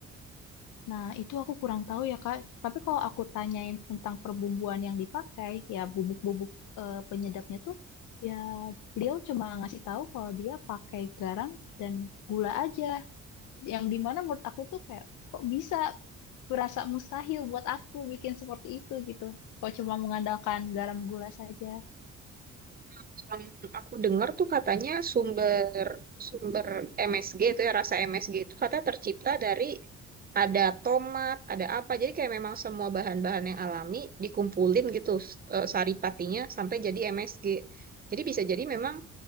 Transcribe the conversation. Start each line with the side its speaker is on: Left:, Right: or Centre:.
Left: Nah, itu aku kurang tahu ya, Kak. Tapi kalau aku tanyain tentang perbumbuan yang dipakai, ya bubuk-bubuk eh, penyedapnya tuh, ya beliau cuma ngasih tahu kalau dia pakai garam dan gula aja. Yang dimana menurut aku tuh kayak, kok bisa berasa mustahil buat aku bikin seperti itu gitu. Kok cuma mengandalkan garam gula saja.
Right: Terus Yang aku dengar tuh katanya sumber sumber MSG itu ya rasa MSG itu kata tercipta dari ada tomat, ada apa. Jadi kayak memang semua bahan-bahan yang alami dikumpulin gitu s- eh, sari sampai jadi MSG. Jadi bisa jadi memang